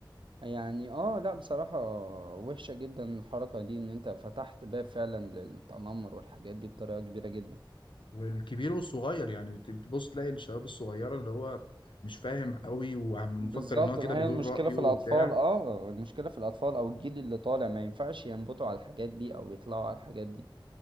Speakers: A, on the right; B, on the left.
A: يعني اه لا بصراحة وحشة جدا الحركة دي ان انت فتحت باب فعلا للتنمر والحاجات دي بطريقة كبيرة جدا
B: والكبير والصغير يعني بت- بتبص تلاقي الشباب الصغيرة اللي هو مش فاهم قوي ومفكر
A: بالظبط
B: ان هو كده
A: ما هي
B: بيقول
A: المشكلة
B: رأيه
A: في
B: وبتاع
A: الأطفال اه المشكلة في الأطفال أو الجيل اللي طالع ما ينفعش ينبطوا على الحاجات دي أو يطلعوا على الحاجات دي